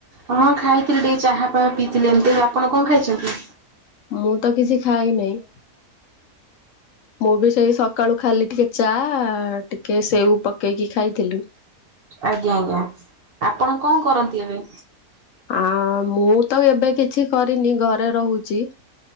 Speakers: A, on the right; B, on the left.
A: ହଁ ଖାଇଥିଲେ ଟିକେ ଚାହା ଫହା ପିଇଥିଲେ ଏମିତି ଆପଣ କଣ ଖାଇଛନ୍ତି?
B: ମୁଁ ତ କିଛି ଖାଇନାଇଁ ମୁଁ ବି ସେଇ ସକାଳୁ ଖାଲି ଟିକେ ଚା ଟିକେ ସେଉ ପକେଇକି ଖାଇଥିଲି
A: ଆଜ୍ଞା ଆଜ୍ଞା ଆପଣ କଣ କରନ୍ତି ଏବେ?
B: ଆ ମୁଁ ତ ଏବେ କିଛି କରିନି ଘରେ ରହୁଛି